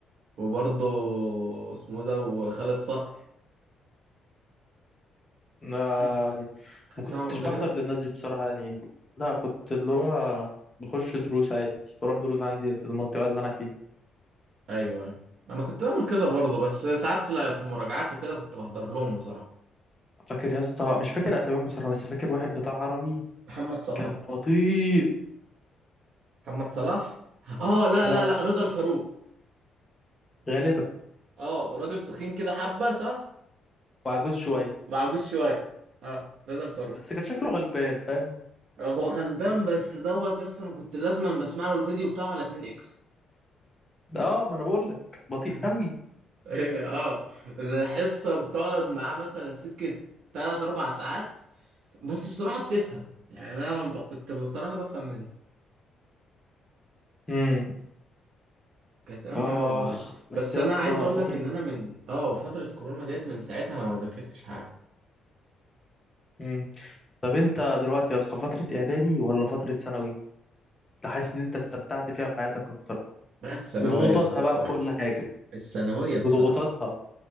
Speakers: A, on the right; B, on the left.
A: وبرضه اسمه ده وخالد صقر
B: آه،
A: خدت خدت
B: ما كنتش
A: معاهم قبل
B: بحضر
A: كده
B: للناس دي بصراحه يعني لا كنت اللي هو بخش دروس عادي بروح دروس عندي في المنطقه اللي انا فيها
A: ايوه أيوه. انا كنت بعمل كده برضه بس ساعات لا في المراجعات وكده كنت بحضر لهم بصراحه
B: فاكر يا اسطى مش فاكر اساميهم بصراحه بس فاكر واحد بتاع عربي
A: محمد صلاح
B: كان بطيء
A: محمد صلاح اه لا
B: لا
A: لا لا رضا الفاروق
B: غالبا
A: اه راجل تخين كده حبه صح
B: وعجوز شويه
A: وعجوز شويه اه رضا الفاروق
B: بس كان شكله غلبان فاهم
A: هو غلبان بس دوت يس انا كنت لازما بسمع له الفيديو بتاعه على 2 اكس
B: اه ما انا بقول لك بطيء
A: <laughs>
B: قوي
A: اه الحصه بتقعد معاه مثلا سكه 3 4 ساعات بس بصراحه بتفهم يعني انا ب- كنت بصراحه بفهم منه
B: امم
A: كانت اه
B: اخ
A: حلوه والله
B: بس
A: بس
B: يا
A: انا
B: اسطى
A: عايز اقول
B: فتره
A: لك ان انا من اه فتره كورونا ديت من ساعتها انا ما ذاكرتش حاجه
B: امم طب انت دلوقتي يا اسطى فتره اعدادي ولا فتره ثانوي انت حاسس ان انت استمتعت فيها في حياتك اكتر
A: بقى الثانويه
B: بضغوطاتها
A: يا اسطى بصراحه
B: بقى بكل حاجه
A: الثانويه بصراحه
B: بضغوطاتها